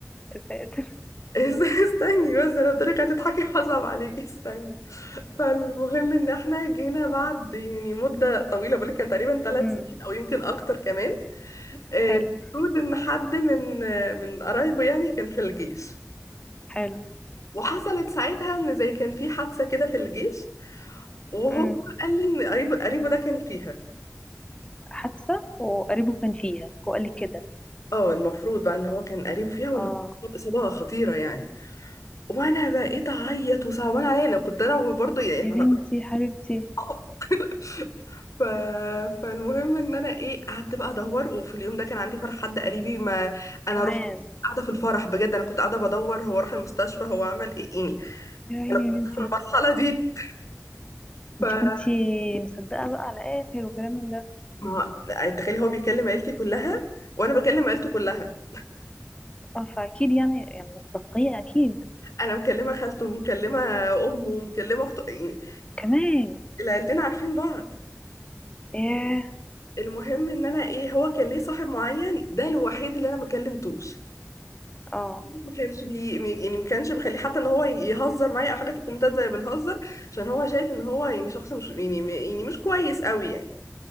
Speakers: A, on the left (about 20°); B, on the left (about 80°).
A: يا ساتر
B: <laughs> استني بس لو طريقة هتضحكي <laughs> هصعب عليكي استني فالمهم ان احنا جينا بعد يعني مدة طويلة بقولك كان تقريبا ثلاث
A: امم
B: سنين او يمكن اكتر كمان آه،
A: حلو
B: المفروض ان حد من آه، من قرايبه يعني كان في الجيش
A: حلو
B: وحصلت ساعتها ان زي كان في حادثة كده في الجيش وهو
A: امم
B: قال لي ان قريبه قريبه ده كان فيها
A: حادثة وقريبه كان فيها هو قال لي كده
B: اه المفروض بقى ان هو كان قريبه فيها وان
A: اه
B: هو اتصاب اصابة خطيرة يعني وانا بقيت اعيط وصعبان عليا انا كنت انا برضه يعني
A: يا بنتي حبيبتي
B: اه <laughs> ف... فالمهم ان انا ايه قعدت بقى ادور وفي اليوم ده كان عندي فرح حد قريبي ما انا
A: كمان
B: رحت قاعده في الفرح بجد انا كنت قاعده بدور هو راح المستشفى هو عمل ايه يعني
A: يا عيني
B: انا كنت
A: يا بنتي
B: في المرحله دي فما
A: انت كنتي مصدقة بقى على اخر وكلام من ده
B: هو- يعني تخيلي هو بيكلم عيلتي كلها وانا بكلم عيلته كلها
A: اه فاكيد يعني يعني مصداقية اكيد
B: انا مكلمه خالته ومكلمه امه ومكلمه اخته يعني
A: كمان
B: العيلتين عارفين بعض
A: ياه
B: فالمهم ان انا ايه هو كان ليه صاحب معين ده الوحيد اللي انا ما كلمتوش
A: اه
B: ما كانش بي يعني ما كانش مخليه حتى ان هو يهزر معايا او حاجه في الكومنتات زي ما بنهزر عشان هو شايف ان هو يعني شخص مش يعني م- يعني مش كويس قوي يعني